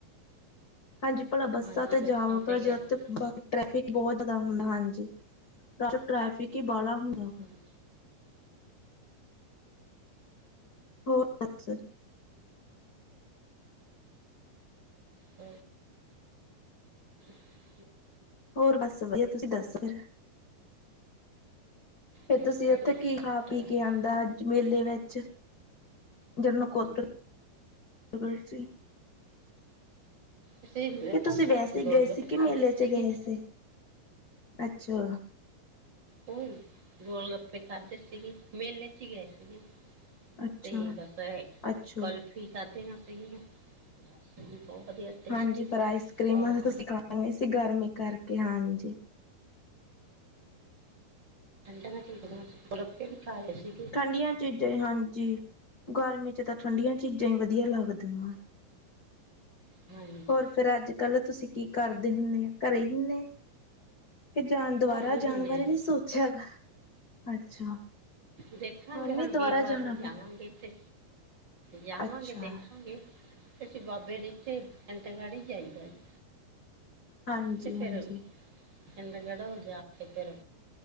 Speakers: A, on the left (about 65°); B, on the right (about 35°).
A: ਹਾਂਜੀ ਭਲਾ ਬੱਸਾਂ
B: ਹਾਂਜੀ
A: ਤੇ ਜਾਵੋ
B: ਤੇ
A: ਭਲਾ
B: ਗਏ
A: ਜਦ
B: ਸੀ
A: ਬਾਕੀ ਟ੍ਰੈਫਿਕ ਬਹੁਤ ਜ਼ਿਆਦਾ ਹੁੰਦਾ। ਹਾਂਜੀ, ਟ੍ਰੈਫਿਕ ਹੀ ਬਾਲਾ ਹੁੰਦਾ।
B: ਹਮ
A: ਗਾ ਹੋਰ ਦਸੋ ਜੀ,
B: ਹਾਂ <inaudible>
A: ਹੋਰ ਬਸ ਵਧੀਆ ਤੁਸੀਂ ਦੱਸੋ ਫਿਰ, ਫਿਰ
B: ਬੱਸਾਂ
A: ਤੁਸੀਂ ਉੱਥੇ
B: ਦੇ ਆ
A: ਕੀ
B: ਠੀਕ
A: ਖਾ
B: ਠਾਕ
A: ਪੀ ਕੇ ਆਂਦਾ ਅਜ ਮੇਲੇ ਵਿੱਚ, ਜਦੋ ਨਕੋਦਰ ਵਲ ਗਏ ਸੀ।
B: ਅਸੀਂ
A: ਕਿ ਤੁਸੀਂ
B: ਪਾਸ
A: ਵੈਸੇ ਹੀ
B: ਗੋਲ
A: ਗਏ ਸੀ
B: ਗੱਪੇ
A: ਕਿ
B: ਖਾਧੇ
A: ਮੇਲੇ ਚ
B: ਸੀਗੇ
A: ਗਏ ਸੀ। ਅੱਛਾ,
B: ਉਹ ਗੋਲ ਗੱਪੇ ਖਾਦੇ ਸੀਗੇ ਮੇਲੇ ਚ ਗਏ ਸੀਗੇ,
A: ਅੱਛਾ
B: ਤੇ ਬਸ ਹੈ
A: ਅੱਛਾ
B: ਪਲ <unintelligible> ਕੀ ਖਾਧੀਆ ਸੀਗੀਆਂ ਬਸ ਜੀ ਬਹੁਤ ਵਧੀਆ ਸੀ, ਟੇਸਟੀ
A: ਹਾਂਜੀ, ਫਿਰ ਆਈਸ ਕਰ੍ਰੀਮਾਂ
B: ਪਾਲਕ
A: ਤੁਸੀਂ ਖਾਣੀਆ ਸੀ ਗਰਮੀ ਕਰਕੇ ਹਾਂਜੀ,
B: ਠੰਡੀਆ ਚੀਜ਼ਾਂ ਗੁਲੱਪੇ ਵੀ ਖਾ ਲਏ ਸੀਗੇ।
A: ਠੰਡੀਆਂ ਚੀਜ਼ਾਂ ਜੀ ਹਾਂਜੀ ਗਰਮੀ ਚ ਤਾਂ ਠੰਡੀਆਂ ਚੀਜ਼ਾਂ ਹੀ ਵਧੀਆ ਲੱਗਦੀਆਂ।
B: ਹਾਂਜੀ
A: ਹੋਰ ਫਿਰ ਅੱਜ ਕੱਲ੍ਹ ਤੁਸੀਂ ਕੀ ਕਰਦੇ ਹੁੰਨੇ ਆ ਘਰੇ ਹੀ ਹੁੰਨੇ, ਕਿ ਜਾਣ ਦੁਬਾਰਾ
B: ਘਰੇ ਵੀ
A: ਜਾਣ
B: ਹੁੰਨੇ
A: ਬਾਰੇ
B: ਆ ਜੀ
A: ਨਹੀ ਸੋਚਿਆ ਗਾ ਅੱਛਾ,
B: ਦੇਖਾਂਗੇ ਹੁਣ
A: ਨੀ ਦੁਬਾਰਾ
B: ਵੀਰਵਾਰ
A: ਜਾਣਾ
B: ਨੂੰ ਜਾਵਾਂਗੇ
A: ਫਿਰ
B: ਇੱਥੇ, ਜਾਵਾਂਗੇ
A: ਅੱਛਾ
B: ਦੇਖਾਂਗੇ, ਅਸੀਂ ਬਾਬੇ ਦੇ ਇਥੇ ਇੰਦਗੜ ਈ ਜਾਈਦਾ ਜੀ,
A: ਹਾਂਜੀ
B: ੳਥੇ
A: ਹਾਂਜੀ
B: ਫਿਰ, ਇੰਦਗੜ੍ਹ ਹੋ ਜਾ ਕੇ ਫਿਰ